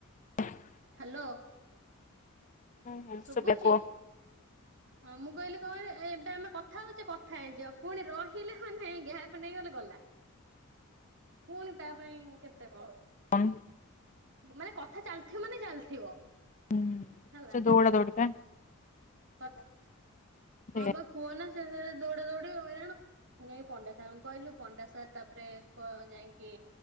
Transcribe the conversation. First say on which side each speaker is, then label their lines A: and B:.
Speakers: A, on the left; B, on the right.
A: ହୁଁ
B: ହାଲୋ।
A: ହୁଁ
B: ଶୁବୁଚି?
A: ଶୁଭିଲା କୁହ।
B: ହଁ ମୁଁ କହିଲି କଣ, ଏବେ ଆମେ କଥା ହଉଚେ କଥା ହେଇଯିବା, ପୁଣି ରହିଲେ ହ ନାଇଁ ଗ୍ୟାପ ନେଇଗଲେ ଗଲା। ଫୁଣି ତାପାଇଁ କେତେ କଣ।
A: <unintelligible>
B: ମାନେ କଥା ଚାଲିଥିବ ମାନେ, ଚାଲିଥିବ।
A: ହୁଁ,
B: ହେଲା।
A: ସେ ଦୌଡ଼ ଦୌଡ଼ି ପା।
B: ହଁ
A: ସେଇଆ
B: ବା କୁହ ନା, ସେ ସିଆଡେ ଦୌଡା ଦୌଡି ହଇରାଣ ପୁଣି ପଣ୍ଡା ସାର ଙ୍କୁ କହିଲୁ, ପଣ୍ଡା ସାର୍ ତାପରେ କ ଯାଇକି